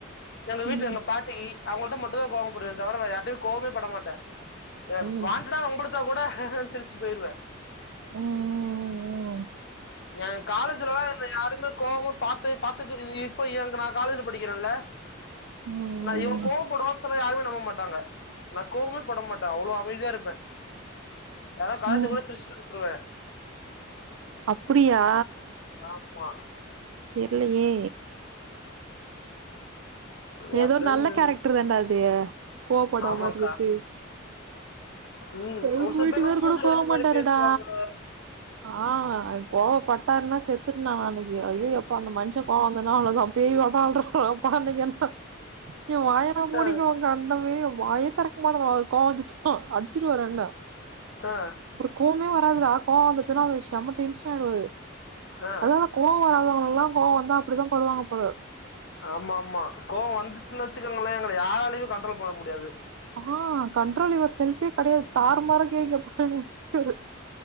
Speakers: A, on the left; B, on the right.
A: எங்க வீட்ல
B: ம்
A: எங்க பாட்டி அவங்கள்ட்ட மட்டு தா கோவப்படுவ தவிர வேற யார்ட்டையும் கோவமே படமாட்ட எ
B: ம்
A: வான்ட்டடா
B: ம்
A: வம்புடுத்தா கூட சிர்ச்சுட்டு போய்டுவ
B: ம் ம் ம் ம்
A: எங்க காலேஜ்லலா எங்கள யாருமே கோவமா பாத்து பாத்து இப்போ எங்க நா காலேஜ்ல படிக்கிறேன்ல
B: ம்
A: நா இவன் கோவம் படுவான் சொன்னா யாருமே நம்ப மாட்டாங்க நா கோவமே பட மாட்ட அவ்ளோ அமைதியா இருப்ப யாருன்னா கலாய்ச்சா
B: ம்
A: கூட சிர்ச்சி விட்ருவ
B: அப்படியா
A: ஆமா
B: தெர்லியே
A: என்
B: ஏதோ
A: ஃப்ரெண்ட்
B: நல்ல கேரக்டர் தான்ட அது கோவப்படமா
A: ஆமாங்கக்கா
B: இருக்குற்த்து
A: ம்
B: எங்
A: ஒரு சில
B: வீட்டுக்காரு
A: பேர்லாம் மூஞ்சில
B: கூட கோவ
A: அடிச்ச
B: மாட்டாருடா
A: மாதிரி பேசுவாங்க
B: ஆ கோவப்பட்டாருன்னா செத்துட்ட நா அன்னிக்கு ஐய்யோ எப்பா அந்த மன்ஷ கோவங் வந்தா அவ்ள தா பேய் வாட்டோ ஆட்ரு யப்பா அன்னைக்கு என்ன என் வாய நா மூடிக்குவங்க
A: ஆ,
B: அந்தமேரி வாயே தெறக்கமாட்டங்க அவுருக்கு கோவம் வந்துச்சுன்னா அட் அச்சிடு வாரு என்ன
A: ஆ,
B: அவுருக் கோவமே வராதுடா கோவம் வந்துச்சுன்னா அவுர் செம்ம டென்ஷன் ஆய்டுவாரு
A: ஆ.
B: அதா அந்த கோவோ வராதவங்கல்லா கோவம் வந்தா அப்டிதா படுவாங்க போல
A: ஆமாமா கோவம் வந்துச்சுனச்சக்கங்களே எங்கள யாராலுயு கண்ட்ரோல் பண்ண முடியாது
B: ஆ கண்ட்ரோல் யுவர் செல்ஃப்பே கெடையாது தாருமாரா கேய் கேப்பாரு எங்க வீட்டுக்காரு